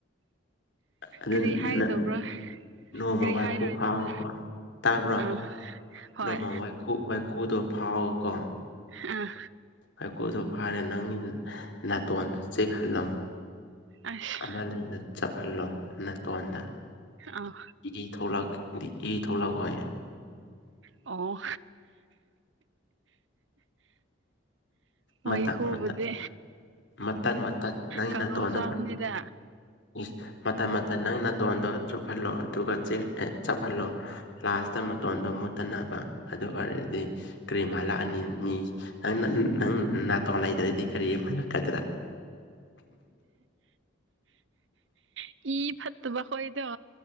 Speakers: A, on the left; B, on the right.
A: ꯑꯗꯨ
B: ꯀꯔꯤ
A: <unintelligible>
B: ꯍꯥꯏꯒꯗꯧꯕ꯭ꯔꯥ
A: ꯅꯣꯡꯃ
B: ꯀꯔꯤ
A: ꯋꯥꯏ
B: ꯍꯥꯏꯔꯣꯏꯗꯕ
A: ꯈꯨ ꯐꯥꯕꯀꯣ ꯇꯥꯕ꯭ꯔꯣ
B: ꯑꯥ ꯍꯣꯏ
A: ꯅꯣꯡꯃ ꯋꯥꯏ ꯈꯨꯋꯥꯏꯈꯨꯗꯣ ꯐꯥꯎꯋꯣ ꯀꯣ
B: ꯑꯥ
A: ꯋꯥꯏꯈꯨꯗꯣ ꯐꯥꯔꯦ ꯅꯪꯒꯤ ꯅꯥꯇꯣꯟꯗꯣ ꯆꯦꯛꯍꯜꯂꯣ
B: ꯑꯁ
A: ꯑꯃ ꯂꯩꯅ ꯆꯞꯍꯜꯂꯣ ꯅꯇꯣꯟꯗ
B: ꯑꯥ
A: ꯏ ꯊꯣꯛꯂꯛꯗꯤ ꯏ ꯊꯣꯛꯂꯛꯑꯣꯌꯦ
B: ꯑꯣ
A: ꯃꯇꯠ
B: ꯋꯥꯏꯈꯨꯕꯨꯗꯤ
A: ꯃꯇꯠ ꯃꯇꯠ ꯃꯇꯠ ꯅꯪꯩꯅ
B: ꯀꯥꯡꯉꯧ
A: ꯇꯣꯟ
B: ꯆꯥꯕꯅꯤꯗ
A: ꯏꯁ ꯃꯇꯝ ꯑ ꯅꯪ ꯅꯥꯇꯣꯟꯗꯣ ꯆꯨꯞꯍꯜꯂꯣ ꯑꯗꯨꯒ ꯆ ꯑꯦ ꯆꯞꯍꯜꯂꯣ ꯂꯥꯁꯇ ꯃꯇꯣꯟꯗꯣ ꯃꯨꯠꯇꯅꯕ ꯑꯗꯨ ꯑꯣꯏꯔꯗꯤ ꯀꯔꯤꯃꯜꯂꯥꯛꯑꯅꯤ ꯃꯤ ꯅꯪ ꯅꯪ ꯅꯥꯇꯣꯟ ꯂꯩꯇ꯭ꯔꯗꯤ ꯀꯔꯤ ꯍꯥꯏꯔꯛꯀꯗ꯭ꯔꯥ
B: ꯀ ꯐꯠꯇꯕ ꯑꯩꯈꯣꯏꯗꯣ